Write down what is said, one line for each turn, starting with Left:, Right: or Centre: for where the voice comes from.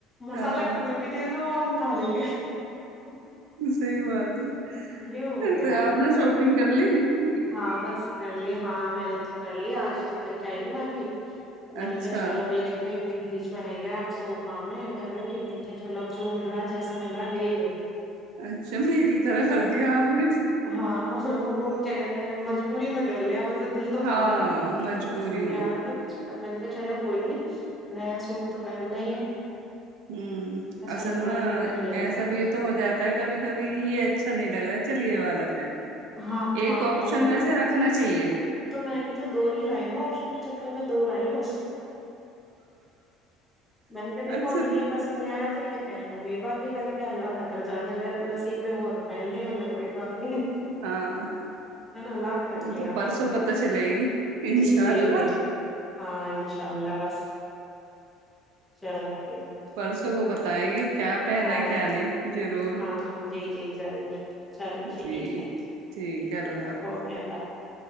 Centre: مسالا
Right: ہاں
Centre: کتا بھی تیز ہوا ہو ک لیں گے <unintelligible>
Right: صحیح بات ہے
Centre: یہ ہو
Right: <unintelligible>
Centre: گیا
Right: تو <unintelligible> آپنے نا شاپنگ گلی ت <unintelligible>
Centre: ہاں بس کر لی ہاں میں نے تو کر لیا آج ہی تو کر کے آئی ہوں میں بھی میں
Right: اچھا
Centre: نے کیا چلو بھائی دیکو ایک دن بیچ میں رہ گیا آپ سو کام ہے گھر میں بھی چلو اب جو مل رہا ہے جیسا مل رہا ہے لے لیتے
Right: اچھا مری طرح کردیا آپ نے بھی
Centre: ہاں ہاں وہ کیا کہتے ہیں مجبوری میں کر لیا ویسے دل تو
Right: ہاں
Centre: تھا نہیں کیونکہ
Right: مجبوری
Centre: پسند نہیں
Right: میں
Centre: آ رہا تھا کچھ پر م نے کہ چلو کوئی نہیں نیا سوٹ تو پہننا ہی ہے
Right: ہوں
Centre: نے چلو
Right: اصل میں
Centre: کوئی نہیں کر ہی لیتے
Right: ایسا
Centre: ہیں
Right: بھی یہ تو ہو جاتا ہے کبھی کبھی یہ اچھا نہیں لگ رہا چل یے والا
Centre: ہاں
Right: ایک
Centre: ہاں
Right: آپشن
Centre: یہی
Right: ویسے
Centre: تو
Right: رکھنا چاہیے
Centre: تو میں بھی تو دو ہی لائی ہوں آپشن کے چکر میں دو لائی ہوں میں نے کہ دیکھو
Right: اچھا
Centre: اگر یہ پسند آیا تو یہ پہن لوں گی باقی میں نے کیا اللہ بہتر جانا ہے اگر نصیب میں ہوا تو پہن لیں گے ورنا کوئی بات نہیں ہے
Right: ہاں
Centre: ہے نا لا کے رکھ
Right: وہ
Centre: لیا
Right: تو پرسوں پتہ چلے گی انشاء
Centre: جی جی
Right: اللہ
Centre: جی ہاں انشاء اللہ بس چلو ٹھیک
Right: پرسوں کو بتائیں گے کیا پہنا
Centre: ہاں
Right: کیا نہیں ضرور
Centre: ہاں جی جی ضرور چلو
Right: جی
Centre: ٹھیک ہےٹھیک
Right: ٹھیک ہے اللہ حافظ
Centre: اوکے اللہ حافظ